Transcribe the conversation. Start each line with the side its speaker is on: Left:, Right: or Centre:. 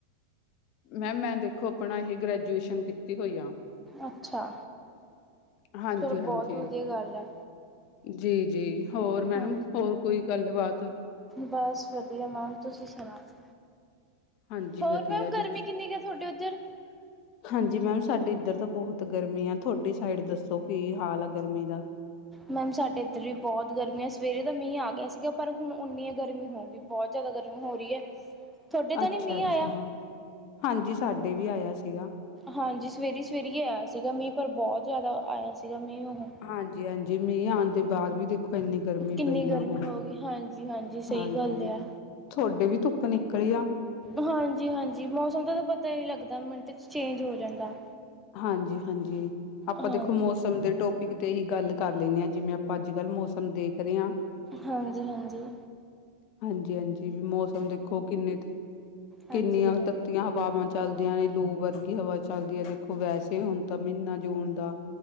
Left: ਮੈਮ ਮੈਂ ਦੇਖੋ ਆਪਣਾ ਇਹ, ਗ੍ਰੈਜੂਏਸ਼ਨ ਕੀਤੀ ਹੋਈ ਆ।
Centre: ਅੱਛਾ,
Left: ਹਾਂਜੀ-ਹਾਂਜੀ,
Centre: ਫਿਰ ਬਹੁਤ ਵਧੀਆ ਗੱਲ ਐ।
Left: ਜੀ-ਜੀ ਹੋਰ ਮੈਡਮ,
Centre: ਹਾਂ
Left: ਹੋਰ ਕੋਈ ਗੱਲਬਾਤ?
Centre: ਬਸ, ਵਧੀਆ ਮੈਮ ਤੁਸੀਂ ਸੁਣਾਓ?
Left: ਹਾਂਜੀ
Centre: ਹੋਰ
Left: ਵਧੀਆ
Centre: ਮੈਮ ਗਰਮੀ
Left: ਜੀ।
Centre: ਕਿੰਨੀ ਕਾ ਆ, ਤੁਹਾਡੇ ਉੱਧਰ?
Left: <inaudible> ਹਾਂਜੀ ਮੈਮ, ਸਾਡੇ ਇੱਧਰ ਤਾਂ ਬਹੁਤ ਗਰਮੀ ਆ, ਤੁਹਾਡੀ ਸਾਈਡ ਦੱਸੋ ਕੀ ਹਾਲ ਆ ਗਰਮੀ ਦਾ।
Centre: ਮੈਮ, ਸਾਡੇ ਇੱਧਰ ਵੀ ਬਹੁਤ ਗਰਮੀ ਆ, ਸਵੇਰੇ ਦਾ ਮੀਂਹ ਆ ਗਿਆ ਸੀਗਾ, ਪਰ ਹੁਣ ਉਨੀਓ ਗਰਮੀ ਹੋਗੀ। ਬਹੁਤ ਜ਼ਾਦਾ ਗਰਮੀ ਹੋ ਰਹੀ ਐ। ਤੁਹਾਡੇ ਤਾਂ
Left: ਅੱਛਾ-ਅੱਛਾ।
Centre: ਨੀ ਮੀਂਹ ਆਇਆ।
Left: ਹਾਂਜੀ, ਸਾਡੇ ਵੀ ਆਇਆ ਸੀਗਾ।
Centre: ਹਾਂਜੀ, ਸਵੇਰੀ-ਸਵੇਰੀ ਏ ਆਇਆ ਸੀਗਾ ਮੀਂ, ਪਰ ਬਹੁਤ ਜ਼ਿਆਦਾ ਆਇਆ ਸੀਗਾ, ਮੀਂਹ ਉਹ
Left: ਹਾਂਜੀ-ਹਾਂਜੀ ਮੀਂਹ ਆਂਣ ਦੇ ਬਾਅਦ ਵੀ ਦੇਖ ਖੋ ਇੰਨੀ ਗਰਮੀ
Centre: ਕਿੰਨੀ
Left: ਪਈ ਆ
Centre: ਗਰਮੀ
Left: ਹੁਣ,
Centre: ਹੋ ਗਈ ਹਾਂਜੀ ਹਾਂਜੀ ਸਹੀ
Left: ਹਾਂਜੀ-ਹਾਂਜੀ।
Centre: ਗੱਲ ਆ
Left: ਥੋਡੇ ਵੀ ਧੁੱਪ ਨਿਕਲੀ ਆ।
Centre: ਹਾਂਜੀ-ਹਾਂਜੀ, ਮੌਸਮ ਦਾ ਤਾਂ ਪਤਾ ਈ ਨੀ ਲੱਗਦਾ, ਮਿੰਟ 'ਚ ਚੇਂਜ ਹੋ ਜਾਂਦਾ।
Left: ਹਾਂਜੀ-ਹਾਂਜੀ, ਆਪਾਂ
Centre: ਹਾਂਜੀ
Left: ਦੇਖੋ ਮੌਸਮ ਦੇ ਟੋਪ ਟੋਪਿਕ ਤੇ ਹੀ ਗੱਲ ਕਰ ਲ‌ਇਨੇ ਆ, ਜਿਵੇਂ ਆਪਾਂ ਅੱਜ-ਕੱਲ੍ਹ ਮੌਸਮ ਦੇਖ ਰਹੇ ਆ, ਪੀ
Centre: ਹਾਂਜੀ-ਹਾਂਜੀ।
Left: ਹਾਂਜੀ-ਹਾਂਜੀ ਵੀ ਮੌਸਮ ਦੇਖੋ ਕਿੰਨੇ-ਕਿੰਨੀਆਂ
Centre: ਹਾਂਜੀ ਬੋਲੋ
Left: ਤ ਤੀਆਂ ਹਵਾਵਾਂ ਚੱਲਦੀਆਂ ਨੇ, ਲੋ ਵਰਗੀ ਹਵਾ ਚੱਲਦੀ ਐ, ਦੇਖੋ ਵੈਸੇ ਹੁਣ ਤਾਂ ਮੀਨਾ ਜੂਨ ਦਾ